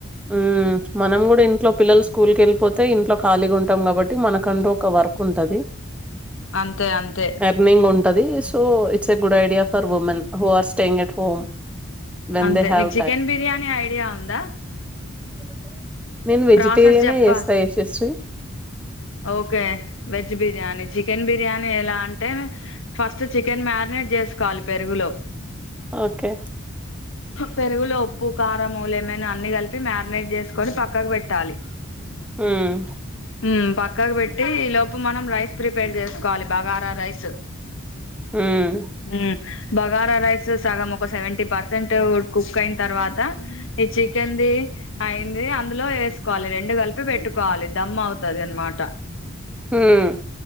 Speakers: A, in the centre; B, on the left.
A: ఉ మనం కూడా ఇంట్లో పిల్లలు స్కూల్కి వెళ్ళిపోతే ఇంట్లో ఖాళీగా ఉంటు కాబట్టి మనకంటూ ఒక వర్క్ ఉంటది
B: అంతే అంతే
A: ఎర్నింగ్ ఉంటది so it's a good idea for women who are staying at home when
B: అంతే
A: they హావ్
B: నీకు చికెన్ బిర్యానీ ఐడియా ఉందా
A: అ నేను వెజిటేరియనే
B: ప్రాసెస్ చెప్పా
A: చేస్తా Yashasri
B: okay veg biryani chicken biryani ఎలా అంటే ఫస్ట్ చికెన్ మ్యాగ్నెట్ చేసుకోవాలి పెరుగులో
A: ఓకే
B: పెరుగులో ఉప్పు కారం లెమన్ అని కలిపి మ్యాగ్నెట్ చేసుకొని పక్కకు పెట్టాలి
A: హ్మ్
B: హ్మ్ బక్ పక్కకు పెట్టి ఈ లోపు మనం రైస్ ప్రిపేర్ చేసుకోవాలి బగారా రైస్
A: హ్మ్.
B: హ్మ్ బగారా రైస్ సగం ఒక సెవెంటీ పర్సెంట్ కుక్ అయిన తర్వాత ఈ చికెన్ ది అయింది అందులో ఏసుకోవాలి రెండు కలిపి పెట్టుకోవాలి దమ్ అవుతాది అనమాట త
A: హ్మ్.